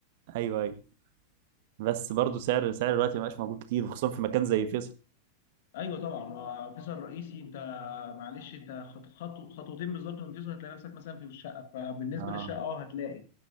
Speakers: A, on the right (about 50°); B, on the left (about 55°).
A: ايوه ايوه بس برضو سعر سعر دلوقتي ما بقاش موجود كتير وخصوصا في مكان زي فيصل
B: ايوه طبعا ما فيصل رئيسي انت معلش انت خط- خطو خطوتين بالظبط من فيصل هتلاقي نفسك مثلا في الشقه فبالنسبه
A: اه
B: للشقه اه هتلاقي